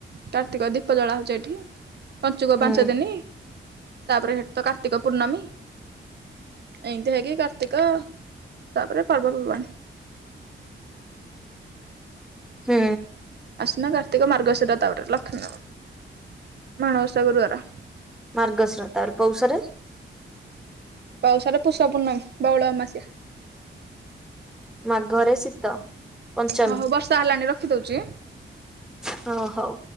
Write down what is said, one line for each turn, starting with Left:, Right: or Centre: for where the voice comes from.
Right: କାର୍ତ୍ତିକ ଦୀପ ଜଳା ହୋଉଚୀ ଏଠି ପଞ୍ଚୁକ
Centre: ହୁଁ
Right: ପାଞ୍ଚ ଦିନି। ତାପରେ ହେଠୁ ତ କାର୍ତ୍ତିକ ପୂର୍ଣ୍ଣମୀ। ଏମିତି ହେଇକି କାର୍ତ୍ତିକ ତାପରେ ପର୍ବପର୍ବାଣି।
Centre: ହୁଁ।
Right: ଆଶ୍ଵିନ, କାର୍ତ୍ତିକ, ମାର୍ଗଶିର ତାପରେ ଲକ୍ଷ୍ମୀର ମାଣବସା ଗୁରୁବାର।
Centre: ମାର୍ଗଶିର ତାପରେ ପୌଷରେ
Right: ପୌଶରେ ପୁଷ ପୁର୍ଣ୍ଣମୀ ବଉଳ ଅମାବାସ୍ୟା।
Centre: ମାଘରେ ଶୀତ ପଞ୍ଚମୀ
Right: ହଁ ହୋଉ ବର୍ଷା ହେଲାଣି ରଖିଦୋଉଚି।
Centre: ହଁ ହୋଉ।